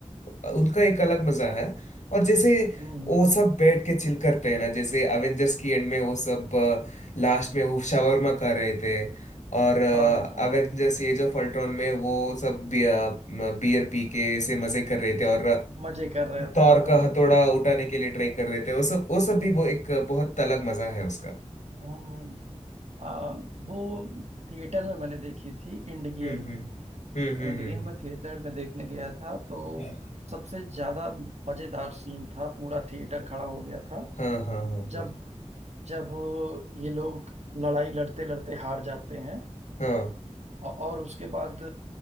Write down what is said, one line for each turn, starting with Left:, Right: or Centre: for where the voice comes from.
Left: अ, उनका एक अलग मजा है और जैसे
Right: हम्म, हम्म,
Left: वो सब बैठ के चिल करते हैं ना जैसे एवेंजर्स की एंड में वो सब लास्ट में वो शावरमा खा रहे थे और
Right: हाँ हाँ
Left: एवेंजर्स एज ऑफ अल्ट्रॉन में वो सब बियर पी के ऐसे मजे कर रहे थे और
Right: मजे कर रहे
Left: थॉर
Right: थे हाँ
Left: का
Right: हाँ
Left: हथौड़ा उठाने के लिए ट्राई कर रहे थे वो सब वो सब भी वो एक बहुत अलग मजा है उसका
Right: हम्म, आ, वो थिएटर में मैंने देखी थी इंड गेम
Left: हम्म हम्म हम्म
Right: एंड
Left: हम्म
Right: गेम
Left: हम्म,
Right: मैं थिएटर में देखने गया था तो
Left: हम्म।
Right: सबसे ज्यादा मजेदार सीन था पूरा थिएटर खड़ा हो गया था
Left: हाँ हाँ हाँ
Right: जब जब ये लोग लड़ाई लड़ते लड़ते हार जाते हैं
Left: हाँ
Right: औ- और उसके बाद